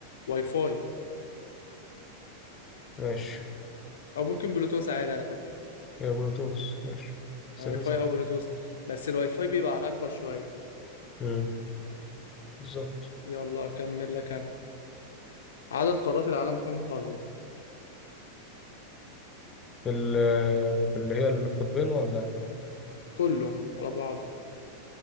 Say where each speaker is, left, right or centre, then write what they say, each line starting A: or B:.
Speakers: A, on the left; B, on the left.
A: واي فاي
B: ماشي
A: او ممكن بلوتوث عادي على فكره
B: هي بلوتوث ماشي ستين
A: أو واي فاي
B: صح
A: او بلوتوث بس الواي فاي بيبقى على اكبر شويه
B: مم. بالظبط
A: يلا اكمل لك انا عدد قارات العالم كم قاره
B: بال آه، باللي هي القطبين ولا
A: كله على بعضه